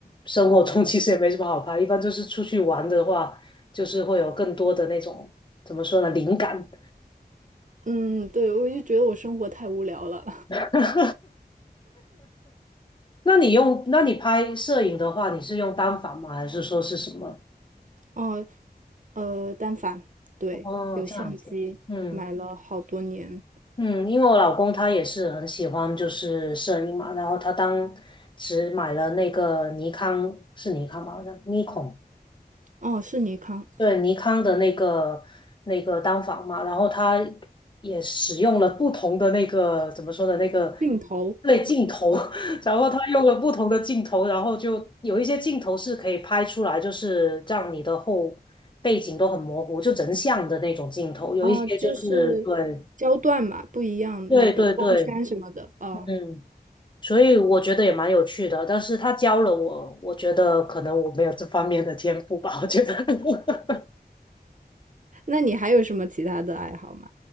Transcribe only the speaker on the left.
生活中其实也没什么好拍，一般就是出去玩的话，就是会有更多的那种怎么说呢，灵感。
<laughs> 那你用，那你拍摄影的话，你是用单反吗？还是说是什么？
哦，
这样子，嗯。
嗯，因为我老公他也是很喜欢就是摄影嘛，然后他当时买了那个尼康，是尼康吧，好像尼康，
对，尼康的那个那个单反嘛，然后他也使用了不同的那个怎么说的那个
对镜头，<laughs> 然后他用了不同的镜头，然后就有一些镜头是可以拍出来，就是让你的后背景都很模糊，就人像的那种镜头，有一些就是对
对对对，嗯。所以我觉得也蛮有趣的，但是他教了我，我觉得可能我没有这方面的天赋吧，我觉得。<laughs>